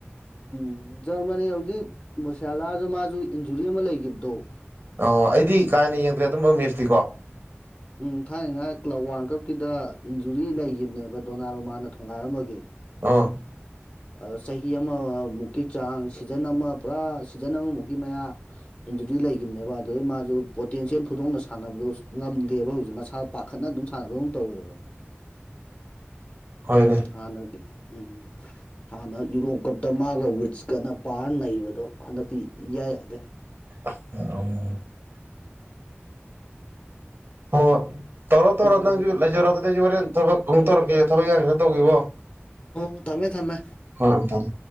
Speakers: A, on the left; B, on the right.
A: ꯎꯝ ꯖꯔꯃꯅꯤ ꯍꯧꯖꯤꯛ ꯃꯨꯁꯌꯥꯂꯥꯁꯨ ꯃꯥꯁꯨ ꯏꯟꯖꯨꯔꯤ ꯑꯃ ꯂꯩꯈꯤꯕꯗꯣ
B: ꯑꯣ ꯑꯩꯗꯤ ꯀꯥ ꯍꯦꯟꯅ ꯌꯦꯡꯗ꯭ꯔꯦ ꯑꯗꯨꯝꯕ ꯃꯦꯁꯇꯤꯀꯣ
A: ꯎꯝ ꯊꯥꯏꯅꯉꯥꯏ ꯀ꯭ꯂꯕ ꯋꯥꯔꯜ ꯀꯞꯀꯤꯗ ꯏꯟꯖꯨꯔꯤ ꯂꯩꯈꯤꯕꯅꯦꯕ ꯗꯣꯅꯥ ꯔꯣꯃꯥꯅ ꯊꯣꯡꯒꯥꯏꯔꯝꯃꯒꯦ
B: ꯑꯣꯥ
A: ꯑ ꯆꯍꯤ ꯑꯃꯃꯨꯛꯀꯤ ꯆꯥꯡ ꯁꯤꯖꯟ ꯑꯃ ꯄꯨꯔꯥ ꯁꯤꯖꯟ ꯑꯃꯃꯨꯛꯀꯤ ꯃꯌꯥ ꯏꯟꯗꯨꯔꯤ ꯂꯩꯈꯤꯕꯅꯦꯕ ꯑꯗꯨꯗꯩ ꯃꯥꯁꯨ ꯄꯣꯇꯦꯟꯁꯤꯌꯦꯦꯜ ꯐꯨꯗꯣꯡꯅ ꯁꯥꯟꯅꯕꯗ ꯉꯝꯗꯦꯕ ꯍꯧꯖꯤꯛ ꯃꯁꯥ ꯄꯥꯈꯠꯅ ꯑꯗꯨꯝ ꯁꯥꯟꯅꯕꯝ ꯇꯧꯋꯦꯕ
B: ꯍꯣꯏꯅꯦ
A: ꯍꯅꯦ ꯎꯝꯝ ꯍꯥꯟꯅ ꯌꯨꯔꯣꯞ ꯀꯞꯇ ꯃꯥꯒ ꯋꯤꯠꯁꯀꯅ ꯄꯥꯔꯅ ꯅꯩꯕꯗꯣ ꯍꯟꯗꯛꯇꯤ ꯏꯌꯥ ꯌꯥꯗꯦ
B: <inaudible> ꯑ ꯇꯧꯔꯣ ꯇꯧꯔꯣ
A: ꯎꯝ
B: ꯅꯪꯁꯨ ꯂꯩꯖꯔꯣ ꯑꯗꯨꯗ ꯑꯩꯁꯨ ꯍꯣꯔꯦꯟ ꯊꯕꯛ ꯀ ꯑꯃꯨꯛ ꯇꯧꯔꯛꯀꯦ
A: ꯎꯝ
B: ꯊꯕꯛ ꯌꯥꯝ ꯈꯔ ꯇꯧꯈꯤꯕꯕꯣ
A: ꯑꯣ ꯊꯃꯦ ꯊꯃꯦ
B: ꯍꯣꯏ ꯑꯣꯇꯥꯔꯦ